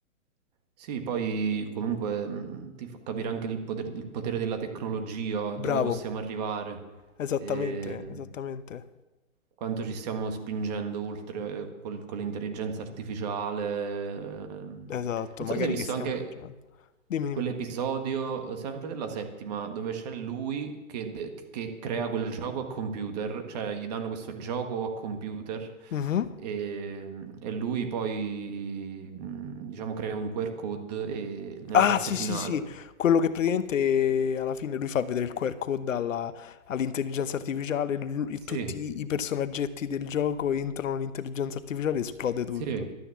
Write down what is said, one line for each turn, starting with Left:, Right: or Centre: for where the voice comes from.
Right: Sì, poi comunque mh, ti fa capire anche il poter- il potere della tecnologia,
Left: Bravo,
Right: dove possiamo arrivare.
Left: esattamente,
Right: e
Left: esattamente.
Right: quanto ci stiamo spingendo oltre eh, col- con l'intelligenza artificiale. ehm.
Left: Esatto,
Right: Non
Left: magari
Right: so se hai visto
Left: che stiamo
Right: anche
Left: esagerando. Dimmi,
Right: quell'episodio,
Left: dimmi.
Right: eh, sempre della settima, dove c'è lui che, de- che crea quel gioco a computer, cioè gli danno questo gioco a computer.
Left: Mhm.
Right: E, e lui poi, mh, diciamo, crea un QR code e nella
Left: Ah,
Right: parte
Left: sì,
Right: finale.
Left: sì, sì, quello che praticamente alla fine lui fa vedere il QR code alla- all'intelligenza artificiale, lu- e
Right: Sì,
Left: tutti i personaggetti del gioco entrano nell'intelligenza artificiale e esplode tutto.
Right: sì,